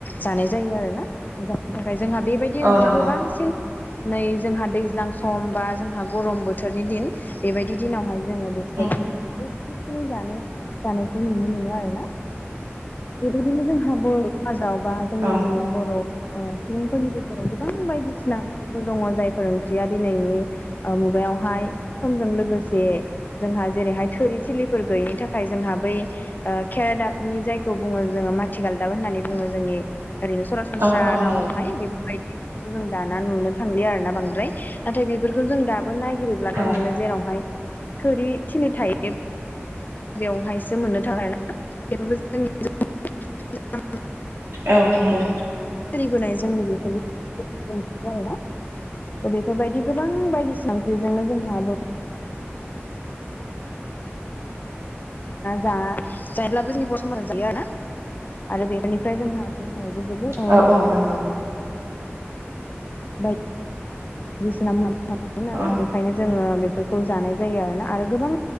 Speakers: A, on the left; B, on the right.
A: जानाय जायो आरो ना जायनि थाखाय जोंहा बेबायदि ओंख्रिखौ
B: औ नंगौ
A: बांसिन नै जोंहा दैज्लां सम बा जोंहा गरम बोथोरनि दिन बेबायदि दिनावहाय जोङो बेफोरबायदि
B: उम
A: ओंख्रिखौ बांसिनै जानो जानायखौ नुनो मोनो आरो ना बेे बेदिनो जों हाब जेरावबा जोंनि
B: औ
A: बर' अ सुबुंफोरनि गेजेराव गोबां बायदिसिना बायदिसिना ओंख्रिफोर दङ जायफोर ओंख्रिया दिनैनि मुगायावहाय समजों लोगोसे जोंहा जेरैहाय थोरि थिलिफोर गैयिनि थाखाय जोंहा बै केरेदा जायखौ बुङो जों माथि <unintelligible> होननानै बुङो जोंनि ओरैनो सरासनस्रा
B: औ औ
A: रावावहाय
B: नंगौ
A: बेफोरबायदि जों दा नुनो थांलिया आरोना बांद्राय नाथाय बेफोरखौ जों दा नायगिरोब्लाथाय
B: औ
A: मोनो जेरावहाय थोरि थिलि थायो बेवहायसो मोननो थाङा ना <unintelligible>
B: औ औ।
A: सोलिबोनाय जोंनि बेफोरओ आरोना थ' बेफोरबायदि गोबां बायदिसिना ओंख्रिजोंनो जोंहा बर' जा जायब्लाबो जोंनिब समाज जायो आरोना आरो बेनिफ्राय जोंहा देहा जबो
B: औ
A: मोज
B: औ नंगौ
A: बाय बिस थदों नालाय
B: अ
A: बेखायनो जोङो बेफोरखौ जानाय जायो आरोना आरो गोबां